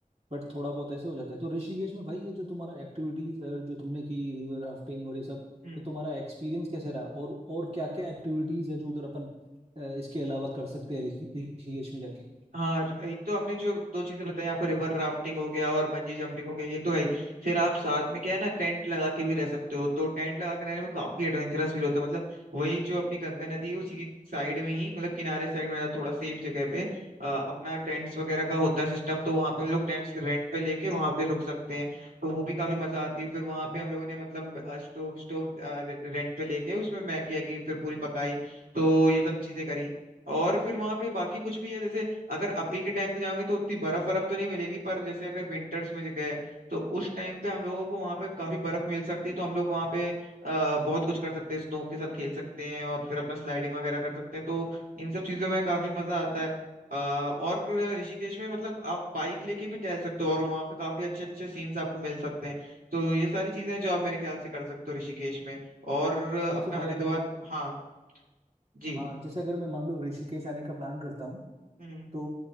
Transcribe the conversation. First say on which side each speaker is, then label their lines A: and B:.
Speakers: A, on the right; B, on the right.
A: बट थोड़ा बहुत ऐसे हो जाता है तो ऋषिकेश में भाई ये जो तुम्हारा एक्टिविटीज जो तुमने की रिवर राफ्टिंग और ये सब
B: हम्म
A: तो तुम्हारा एक्सपीरियंस कैसे रहा और और क्या क्या एक्टिविटीज है जो उधर अपन अ, इसके अलावा कर सकते हैं ऋषि- ऋषिकेश में जाके
B: हाँ र- एक तो हमने जो दो चीजें बताई आपको रिवर राफ्टिंग हो गया और बंजी जंपिंग हो गया ये तो है ही फिर आप साथ में क्या है ना टेंट लगा के भी रह सकते हो तो टेंट लगा के रहने में काफी एडवेंचरस फील होता है मतलब वही जो अपनी गंगा नदी है उसी की साइड में ही मतलब किनारे साइड में थोड़ा सेफ जगह पे अ, अपना टेंट्स वगैरह का होता है सिस्टम तो वहाँ पे हम लोग टेंट्स रेंट पे लेके वहाँ पे रुक सकते हैं तो वो भी काफी मजा आती है फिर वहाँ पे हम लोगों ने मतलब स्टोव स्टोव रेंट पे लेके उसमें मैगी वैगी फिर पूरी पकाई तो ये सब चीजें करी और फिर वहां पे बाकी कुछ भी है जैसे अगर अभी के टाइम पे जाओगे तो उतनी बर्फ बर्फ तो नहीं मिलेगी पर जैसे अगर विंटर्स में गए तो उस टाइम पे हम लोगों को वहाँ पे काफी बर्फ मिल सकती है तो हम लोग वहाँ पे अ, बहुत कुछ कर सकते हैं स्नो के साथ खेल सकते हैं और फिर अपना स्लाइडिंग वगैरह कर सकते हैं तो इन सब चीजों में काफी मजा आता है अ, और ऋषिकेश में मतलब आप बाइक लेके भी टहल सकते हो और वहाँ पे काफी अच्छे अच्छे सीन्स आपको मिल सकते हैं तो ये सारी चीजें हैं जो आप मेरे ख्याल से कर सकते हो ऋषिकेश में और
A: ठीक
B: अपना
A: है भाई
B: हरिद्वार
A: अगर मैं
B: हाँ जी
A: हाँ जैसे अगर मैं मान लो ऋषिकेश आने का प्लान करता हूँ
B: हम्म
A: तो